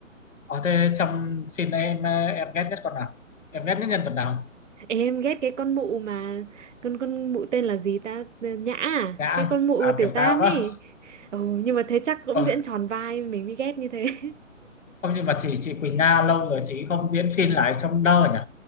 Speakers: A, on the left; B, on the right.
A: ở thế trong phim này em em ghét nhất con nào em ghét nhất nhân vật nào
B: Ê, em ghét cái con mụ mà con con mụ tên là gì ta Ờ, Nhã à?
A: Nhã
B: cái con mụ
A: à
B: tiểu
A: Tiểu
B: tam
A: Tam
B: ấy
A: á
B: ừ, nhưng mà thế chắc cũng
A: ờ
B: diễn tròn vai mình mới ghét như thế <laughs>
A: không nhưng mà chị chị Quỳnh Nga lâu rồi chị không diễn phim lại trong đâu nhỉ